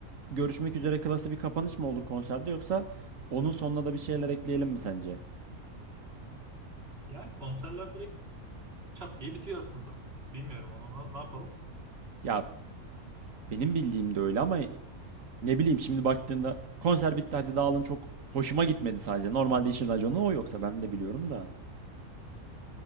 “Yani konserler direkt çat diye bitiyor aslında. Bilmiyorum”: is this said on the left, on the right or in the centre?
Right